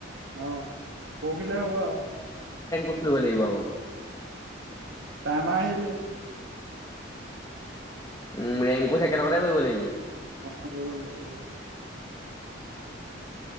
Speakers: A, on the right; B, on the left.
A: অ', পৰহিলে হ'ব আৰু।
B: কি কৰিব লাগিব আকৌ?
A: টাইমা আহিলে।
B: উম, ৰেংপুচ একেলগতে কৰিব লাগিব।
A: <unintelligible>